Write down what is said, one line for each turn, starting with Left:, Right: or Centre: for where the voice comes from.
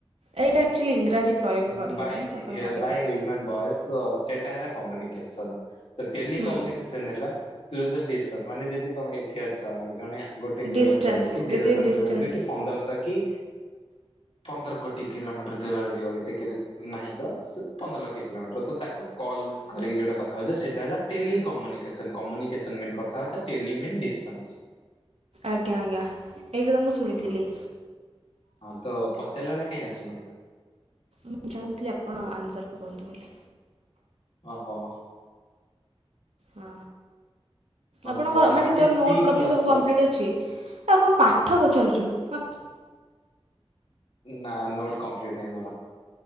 Right: ଏଇଟା ଆକ୍ଚୁଆଲି ଇଂରାଜୀ ପ୍ରୟୋଗ
Left: <unintelligible>
Right: କରିହେବନି
Left: ବାଇ
Right: ତ ଆପଣ ପାଟି
Left: ବାଇ
Right: କର
Left: ହ୍ୟୁମନ୍ ଭଏସ୍ ତ ସେଟା ହେଲା କମ୍ୟୁନିକେସନ ତ ଟେଲି
Right: ହୁଁ
Left: କମ୍ୟୁନିକେସନ ହେଲା ତୁ ଯଦି ଡ଼ିସ୍ ମାନେ ଯଦି ତମେ ଏଠି ଅଛ ଜଣେ ଗୋଟେ କିଲୋମିଟର
Right: ଡିଷ୍ଟାନ୍ସ
Left: ଅଛି କି
Right: ୱିଦିନ୍
Left: ଦେଢଶହ
Right: ଡିଷ୍ଟାନ୍ସ
Left: କିଲୋମିଟର କି ପନ୍ଦରଶହ କି ପନ୍ଦର କୋଟି କିଲୋମିଟର ଦୂରରେ <unintelligible> ହଉ ଏତ ନାହିଁ ତ ସ ପନ୍ଦର ଲକ୍ଷ କିଲୋମିଟର ତ ତାକୁ କଲ୍ କରିକି ଯେଉଁଟା କଥା ହେଉଛ ସେଇଟା ହେଲା ଟେଲିିକମ୍ୟୁନିକେସନ୍ କମ୍ୟୁନିକେସନ୍ ମିନ୍ ଗ ଟେଲିମିନ୍ ଡ଼ିସନ୍ସ
Right: ଆଜ୍ଞା ଆଜ୍ଞା ଏଇଟା ତ ମୁଁ ଶୁଣିଥିଲି।
Left: ହଁ ହଁ ତ ପଚାରିଲା ବେଳେ କାଇଁ ଆସୁନଥିଲା?
Right: ମୁଁ ଚାହୁଁଥିଲି ଆପଣ ଆନ୍ସର କୁହନ୍ତୁ ବୋଲି
Left: ଅହ
Right: ଆ ଆପଣଙ୍କ
Left: ତ
Right: ମାନେ
Left: ହ୍ୱାଟ
Right: ତୋ
Left: is
Right: note
Left: C
Right: copy
Left: plus
Right: ସବୁ
Left: ପ୍ଲସ୍
Right: କମ୍ପ୍ଲିଟ୍ ଅଛି। ଆଉ କଣ ପାଠ ପଚାରୁଛୁ ହଟ
Left: ନା ନୋଟ କମ୍ପ୍ଲିଟ୍ ନାହିଁ ମୋର।